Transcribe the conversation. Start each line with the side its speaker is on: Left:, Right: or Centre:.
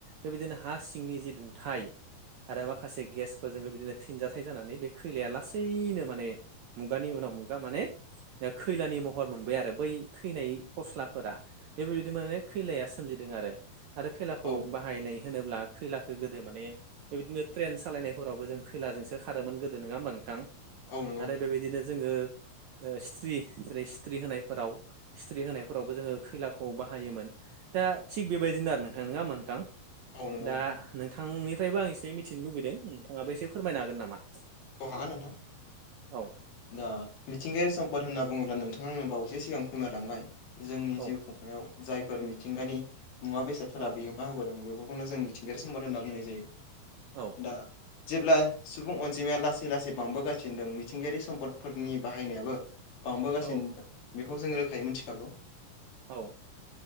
Right: बेबायदिनो हा सि सिंनि जे दुंथाय आरो माखासे गेसफोरजों बिदिनो फिनजाथाइ जानानै बे खैलाया लासैनो माने मुगानि उनाव मुगा माने दा खैलानि महर मोनबाय आरो बै थैनाय फस्लाफोरा। बेबायदिनो माने खैलाया सोमजिदों आरो आरो खैलाखौ
Left: औ
Right: बाहायनाय होनोब्ला खैलाखो गोदो माने बेबादिनो ट्रेन सालायनायफोरावबो जों खैलाजोंसो खारोमोन गोदो नोङा होमबा नोंथां?
Left: औ नंगौ
Right: आरो
Left: नोंथां
Right: बेबादिनो जोङो ओ स्थ्रि जेरै स्थ्रि होनायफोराव स्थ्रि होनायफोरावबो जोङो खैलाखौ बाहायोमोन। दा थिग बेबायदिनो आरो नोंथां नङा होमा नोंथां?
Left: औ नंगौ
Right: दा नोंथांनिफ्रायबो आं एसे मिथिनो लुबैदों नोंथाङाबो एसे फोरमायनो हागोन नामा?
Left: अ हागोन नोंथां।
Right: औ
Left: दा मिथिंगायारि सम्पद होन्ना बुङोब्ला नोंथाङा आंनो बावैसो सिगां फोरमायलांबाय। जोंनि
Right: औ
Left: जिउ खुंनायाव जायफोर मिथिंगानि मुवा बेसादफोरा
Right: औ
Left: बिहोमा होबोदों बे खौनो जों मिथिंगायारि सम्पद होनना बुंनाय जायो
Right: औ
Left: दा जेब्ला सुबुं अन जिमाया लासै लासै बांबोगासिनो दों मिथिंगायारि सम्दफोरनि बाहायनायाबो बांबोगासिनो
Right: औ
Left: बेखौ जों रोखायै मिन्थिखागौ।
Right: औ